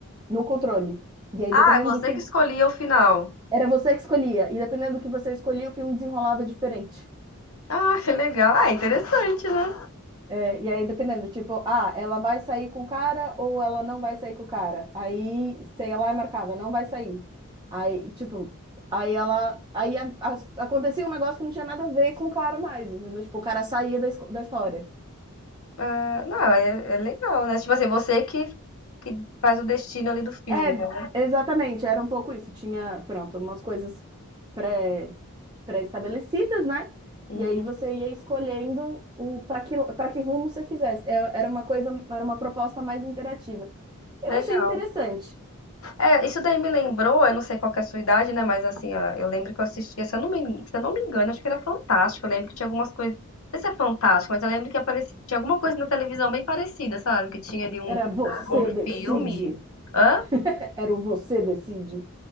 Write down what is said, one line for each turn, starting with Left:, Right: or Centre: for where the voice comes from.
Right: no controle. E aí,
Left: Ah,
Right: dependendo
Left: é você
Right: do que.
Left: que escolhia o final.
Right: Era você que escolhia. E dependendo do que você escolhia, o filme desenrolava diferente.
Left: Ah, que legal. Ah, interessante, né?
Right: É, e aí, dependendo, tipo, ah, ela vai sair com o cara ou ela não vai sair com o cara. Aí, sei lá, e marcava, não vai sair. Aí, tipo, aí ela. Aí a- as- acontecia um negócio que não tinha nada a ver com o cara mais, entendeu? Tipo, o cara saía da, esco- da história.
Left: Ah, não, é, é legal, né? Tipo assim, você que, que faz o destino ali do filme,
Right: É,
Left: né?
Right: exatamente, era um pouco isso. Tinha, pronto, umas coisas pré, pré-estabelecidas, né?
Left: Uhum.
Right: E aí você ia escolhendo o para que, para que rumo você quisesse. É- Era uma coisa, era uma proposta mais interativa. Eu
Left: Legal.
Right: achei interessante.
Left: É, isso daí me lembrou, eu não sei qual que é a sua idade, né? Mas assim, ó, eu lembro que eu assistia, se eu não me, se eu não me engano, acho que era Fantástico. Eu lembro que tinha algumas coisas, não sei se é Fantástico, mas eu lembro que aparecia, tinha alguma coisa na televisão bem parecida, sabe? Que tinha ali um,
Right: Era você
Left: um
Right: decide.
Left: filme. Hã?
Right: É, Era o você decide.